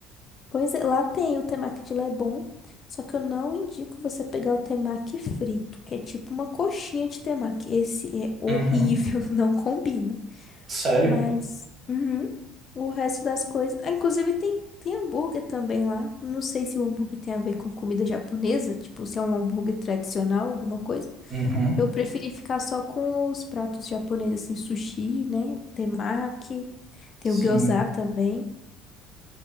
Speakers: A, on the left; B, on the right.
A: Pois é, lá tem o temaki de Lebon, só que eu não indico você pegar o temaki frito, que é tipo uma coxinha de temaki. Esse é horrível,
B: Uhum.
A: <laughs> não combina.
B: Sério?
A: Mas uhum, o resto das coisas, Ah, inclusive tem tem hambúrguer também lá. Não sei se o hambúrguer tem a ver com comida japonesa, tipo se é um hambúrguer tradicional, alguma coisa.
B: Uhum.
A: Eu preferi ficar só com os pratos japoneses, assim, sushi, né? O temaki, tem
B: Sim.
A: o gyoza também.